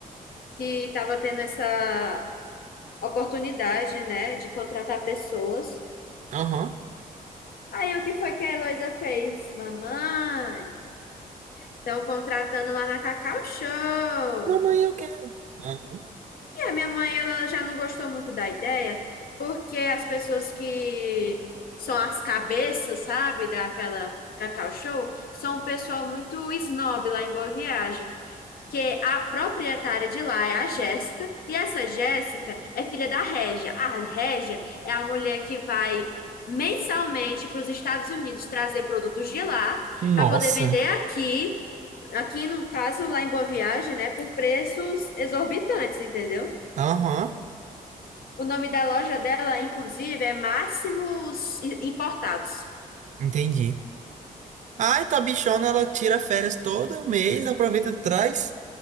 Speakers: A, on the left; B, on the right.
A: que estava tendo essa oportunidade, né, de contratar pessoas.
B: Aham.
A: Aí o que foi que a Heloísa fez? Mamãe, estão contratando lá na Cacau Show.
B: Mamãe, eu quero. Aham.
A: É, minha mãe ela já não gostou muito da ideia, porque as pessoas que são as cabeças, sabe, daquela Cacau Show, são um pessoal muito snob lá em Boa Viagem. Que a proprietária de lá é a Jéssica, e essa Jéssica é filha da Régia. A Régia é a mulher que vai mensalmente para os Estados Unidos trazer produtos de lá
B: Nossa.
A: para poder vender aqui, aqui no caso lá em Boa Viagem, né, por preços exorbitantes, entendeu?
B: Aham.
A: O nome da loja dela, inclusive, é Máximos Importados.
B: Entendi. Ai, tua bichona, ela tira férias todo mês, aproveita, traz,